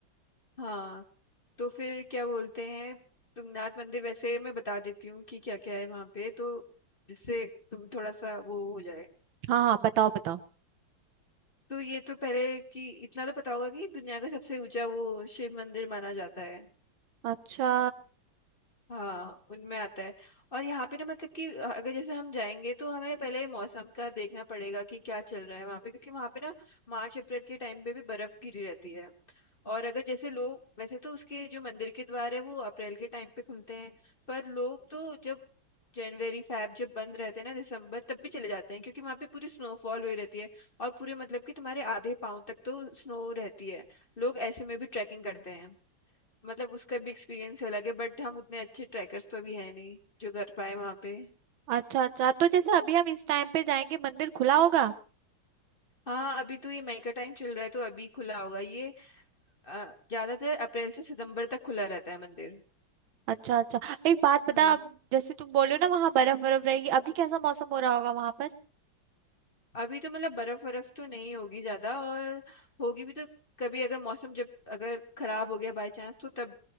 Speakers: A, on the left; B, on the right.
A: हाँ तो फिर क्या बोलते हैं तुंगनाथ मंदिर वैसे मैं बता देती हूँ कि क्या क्या है वहाँ पे तो जिससे तुम थोड़ा सा वो हो जाए
B: हाँ हाँ बताओ बताओ
A: तो ये तो पहले कि इतना तो पता होगा कि दुनिया का सबसे ऊंचा वो शिव मंदिर माना जाता है
B: अच्छा
A: हाँ उनमें आता है और यहाँ पे ना मतलब कि अगर जैसे हम जाएंगे तो हमें पहले मौसम का देखना पड़ेगा कि क्या चल रहा है वहाँ पे क्योंकि वहाँ पे ना मार्च अप्रैल के टाइम पे भी बर्फ गिरी रहती है और अगर जैसे लोग वैसे तो उसके जो मंदिर के द्वार है वो अप्रैल के टाइम पे खुलते हैं पर लोग तो जब जनवरी फैब जब बंद रहते हैं ना दिसंबर तब भी चले जाते हैं क्योंकि वहाँ पे पूरी स्नोफॉल हुई रहती है और पूरे मतलब कि तुम्हारे आधे पाँव तक तो स्नो रहती है लोग ऐसे में भी ट्रैकिंग करते हैं मतलब उसका भी एक्सपीरियंस अलग है बट हम उतने अच्छे ट्रैकर्स तो अभी है नहीं जो कर पाए वहाँ पे
B: अच्छा अच्छा तो जैसे अभी हम इस टाइम पे जाएंगे मंदिर खुला होगा
A: हाँ अभी तो ये मई का टाइम चल रहा है तो अभी खुला होगा ये अ, ज्यादातर अप्रैल से सितंबर तक खुला रहता है मंदिर
B: अच्छा अच्छा एक बात बता
A: हाँ
B: अब जैसे तुम बोलो ना वहाँ बर्फ बर्फ रहेगी अभी कैसा मौसम हो रहा होगा वहाँ पर
A: अभी तो मतलब बर्फ बर्फ तो नहीं होगी ज्यादा और होगी भी तो कभी अगर मौसम जब अगर खराब हो गया बाय चांस तो तब